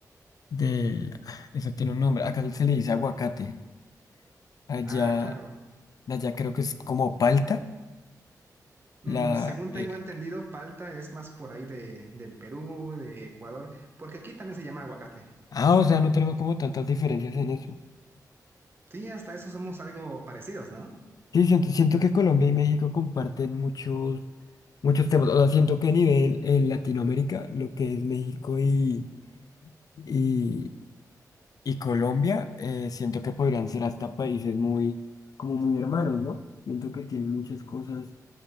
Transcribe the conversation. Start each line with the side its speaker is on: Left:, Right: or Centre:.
Left: del... Eso tiene un nombre, acá se le dice aguacate. Allá,
Right: Ah, claro.
Left: allá creo que es como palta.
Right: Mm,
Left: La,
Right: según tengo
Left: eh,
Right: entendido, palta es más por ahí de, del Perú, de Ecuador, porque aquí también se llama aguacate.
Left: ah, o sea, no tenemos como tantas diferencias en eso.
Right: Sí, hasta eso somos algo parecidos, ¿no?
Left: Sí, siento, siento que Colombia y México comparten muchos, muchos temas. O sea, siento que a nivel en Latinoamérica, lo que es México y... y, y Colombia, eh, siento que podrían ser hasta países muy, como muy hermanos, ¿no? Siento que tienen muchas cosas